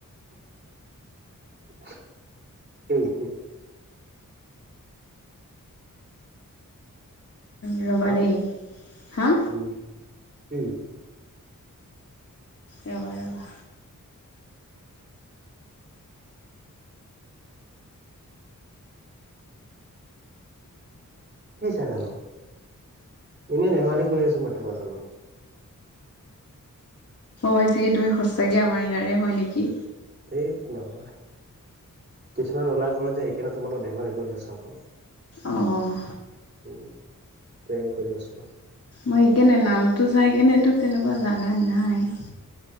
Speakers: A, on the right (about 30°); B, on the left (about 45°).
A: <unintelligible>
B: ৰবা
A: হা
B: দেই হা?
A: উম, <unintelligible>
B: ৰ'বা ৰ'বা
A: কি চা আকৌ, এনেই ধেমালি কৰি আছো মই তোমাৰ লগত।
B: অাইছে কি তুমি সঁচাকে আমাৰ ইয়াৰে হয় নেকি।
A: সেই নহয়। কিছুমান ওলাই পৰে যে এইকাৰণে তোমালোক ধেমালি কৰি আছা আকৌ।
B: অ',
A: উ প্ৰেম কৰি আছো।
B: মই সেইকাৰনে নামটো চাই কেনেতো তেনেকুৱা লাগা নাই।